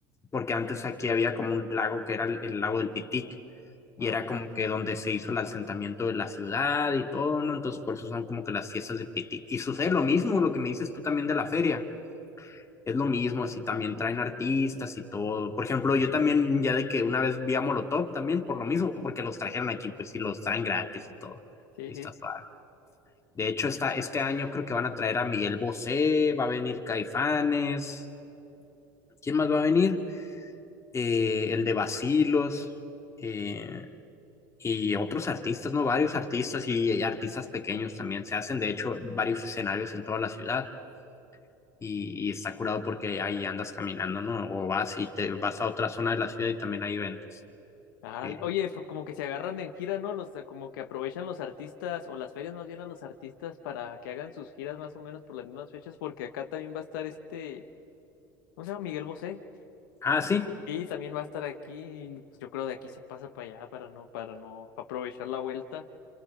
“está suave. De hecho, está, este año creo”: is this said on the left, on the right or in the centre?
Left